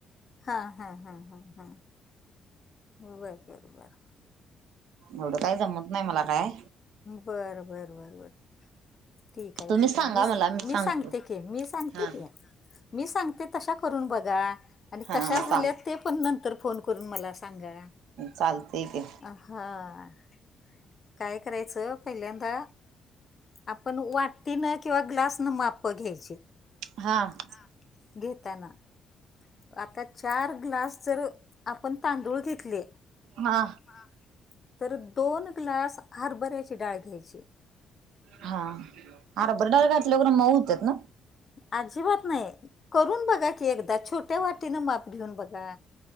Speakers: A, on the left; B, on the right.
A: हा हा हा हा हा बर बर बर.
B: एवढं काय जमत नाय मला काय.
A: बर बर बर बर. ठीक आहे
B: तुम्ही
A: ठीक
B: सांगा
A: आहे, मी
B: मला सांगतो
A: मी सांगते की, मी सांगते
B: हा
A: की मी सांगते ते तशा करून बघा,, आणि
B: हा
A: कशा झाल्यात
B: चाल
A: ते पण नंतर फोन करून मला सांगा.
B: चालतय की.
A: हा. काय करायचं पहिल्यांदा आपण वाटीनं किंवा ग्लासनं मापं घ्यायची.
B: हां.
A: हा घेताना आता चार ग्लास जर आपण तांदूळ घेतले
B: हा
A: हा,, तर दोन ग्लास हरभऱ्याची डाळ घ्यायची.
B: हा, हरभरा डाळ घातल्यावर खरं मऊ होत्यात ना
A: अजिबात नाही. करून बघा की एकदा छोट्या वाटीनं माप घेऊन बघा.